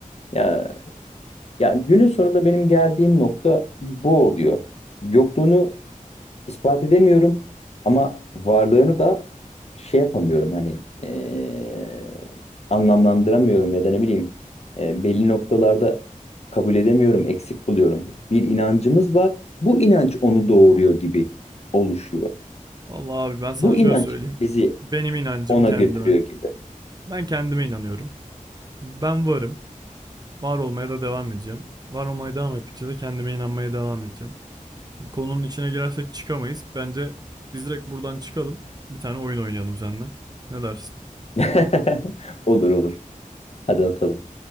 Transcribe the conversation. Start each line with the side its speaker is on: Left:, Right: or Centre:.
Left: Ya, ya günün sonunda benim geldiğim nokta bu oluyor. Yokluğunu ispat edemiyorum ama varlığını da şey yapamıyorum hani eee, anlamlandıramıyorum ya da ne bileyim eee, belli noktalarda kabul edemiyorum, eksik buluyorum. Bir inancımız var. Bu inanç onu doğuruyor gibi oluşuyor.
Right: Vallahi abi ben sana
Left: Bu
Right: şöyle
Left: inanç
Right: söyleyeyim.
Left: bizi
Right: Benim inancım
Left: ona
Right: kendime.
Left: götürüyor gibi.
Right: Ben kendime inanıyorum. Ben varım. Var olmaya da devam edeceğim. Var olmaya devam ettikçe de kendime inanmaya devam edeceğim. Konunun içine girersek çıkamayız. Bence biz direkt buradan çıkalım. Bir tane oyun oynayalım seninle. Ne dersin?
Left: <laughs> Olur olur. Hadi atalım.